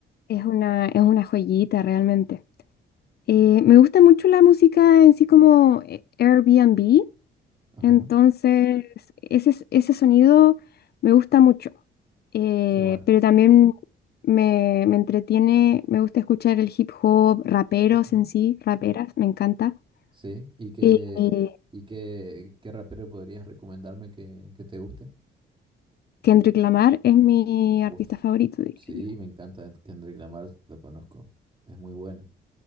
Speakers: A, on the left; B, on the right.
A: Es una, es una joyita realmente. Eh, me gusta mucho la música en sí como eh, Airbnb.
B: Ajá,
A: Entonces, ese, s- ese sonido me gusta mucho, Eh,
B: qué bueno.
A: pero también me, me entretiene, me gusta escuchar el hip hop, raperos
B: Ujú.
A: en sí, raperas, me encanta.
B: Sí, ¿y qué,
A: Eh, eh,
B: y qué, qué rapero podrías recomendarme que, que te guste?
A: Kendrick Lamar es mi
B: Uf,
A: artista favorito, diría
B: sí,
A: yo.
B: me encanta Kendrick Lamar, lo conozco, es muy bueno.